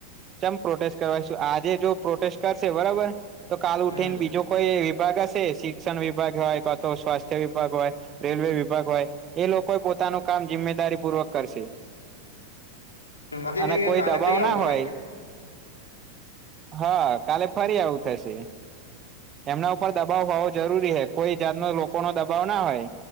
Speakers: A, on the right; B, on the left.
A: ચમ પ્રોટેસ્ટ કરવાશું આજે જો પ્રોટેસ્ટ કરશે બરોબર. તો કાલ ઉઠી
B: હમ
A: ને બીજ જો કોઈ વિભાગ હશે શિક્ષણ વિભાગ હોય, કો તો સ્વાસ્થ્ય વિભાગ હોય. રેલવે વિભાગ હોય, એ લોકો એ પોતાનું કામ જિમ્મેદારી પૂર્વક કરશે.
B: આજે
A: અને
B: ને કે
A: કોઈ
B: કાલે
A: દબાવ
B: ફ્રી
A: ના
B: આવું થશે
A: હોય. હા કાલે ફરી આવું થશે. એમના ઉપર દબાવ હોવો જરૂરી હે. કોઈ જાતનો લોકોનો દબાવ ના હોય